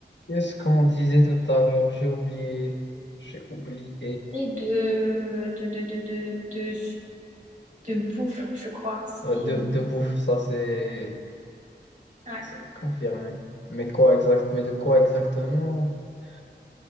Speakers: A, on the left; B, on the right.
A: Qu'est-ce qu'on disait tout à l'heure? J'ai oublié. J'ai oublié.
B: Et de, de, de, de, de, de, de bouffe, je crois. C'est
A: Euh, De, de bouffe, ça c'est
B: ouais.
A: c'est confirmé. Mais quoi exact? Mais de quoi exactement? <laughs>